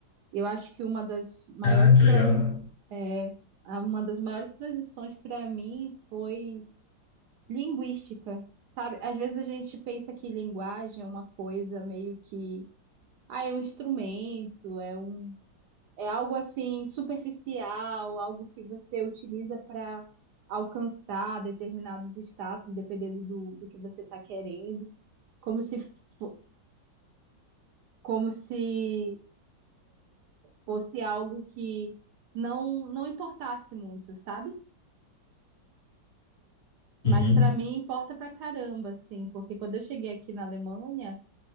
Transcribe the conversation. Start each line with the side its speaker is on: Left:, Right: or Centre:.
Right: Eu acho que uma das maiores
Left: Ah, que
Right: transis,
Left: legal.
Right: é, a- uma das maiores transições para mim foi linguística. Sabe? Às vezes a gente pensa que linguagem é uma coisa meio que, ah, é um instrumento, é um é algo assim superficial, algo que você utiliza para alcançar determinados status, dependendo do, do que você está querendo, como se, fo- como se fosse algo que não, não importasse muito, sabe? Mas
Left: Uhum.
Right: para mim importa pra caramba, assim, porque quando eu cheguei aqui na Alemanha,